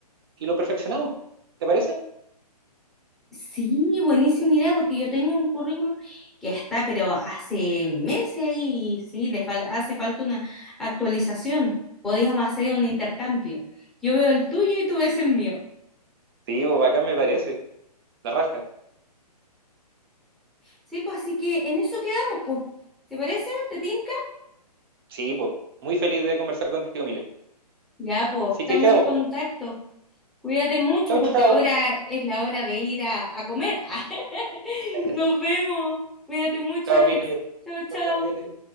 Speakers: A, on the right; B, in the centre.
A: y lo perfeccionamos. ¿Te parece?
B: Sí, buenísima idea, porque yo tengo un currículum que está, pero hace meses ahí, y sí, le fal- hace falta una actualización. Podíamos hacer un intercambio. Yo veo el tuyo y tú ves el mío.
A: Sí, pues bacán me parece. La raja.
B: Sí, pues así que en eso quedamos, pues. ¿Te parece? ¿Te tinca?
A: Sí, pues. Muy feliz de conversar contigo, Mile.
B: Ya, pues,
A: Así
B: estamos
A: que ahí quedamos,
B: en contacto.
A: pues.
B: Cuídate mucho
A: Chao,
B: porque
A: chao.
B: ahora es la hora de ir a, a comer. <laughs>
A: <laughs>
B: Nos vemos. Cuídate mucho,
A: Chao,
B: Alex.
A: Mile.
B: Chao, chao.
A: Chao, chao, cuídate.